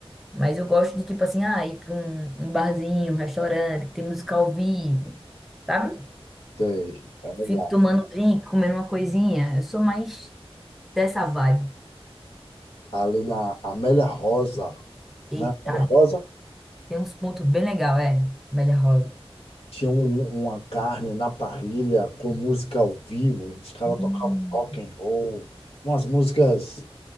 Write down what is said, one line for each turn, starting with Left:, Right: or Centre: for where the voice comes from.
Centre: Mas eu gosto de, tipo assim, ah, ir para um, um barzinho, um restaurante, que tem música ao vivo, sabe?
Left: Sei, é legal.
Centre: Fico tomando um drink, comendo uma coisinha. Eu sou mais dessa vibe.
Left: Ali na Amélia Rosa,
Centre: Eita,
Left: né? Amélia Rosa
Centre: tem uns pontos bem legais, é, Média Rosa.
Left: tinha um- uma carne na parrilha com música ao vivo. Os caras
Centre: Hum.
Left: tocavam rock and roll, umas músicas